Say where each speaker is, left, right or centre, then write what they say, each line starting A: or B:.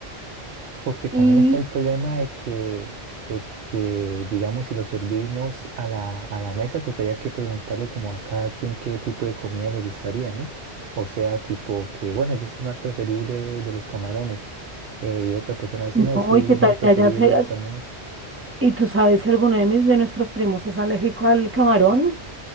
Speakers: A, on the right (about 65°); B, on the right (about 15°).
A: Porque también
B: y,
A: está el problema de que, de que, digamos, si lo servimos a la, a la mesa, tocaría que preguntarle como a cada quien qué tipo de comida le gustaría, ¿no? O sea, tipo que, bueno, yo soy más preferible de los camarones. eh, y otra persona dice,
B: no,
A: no, yo soy
B: y qué tal
A: más preferible
B: que haya, que-
A: del salmón.
B: y tú sabes si alguno de mis, de nuestros primos es alérgico al camarón,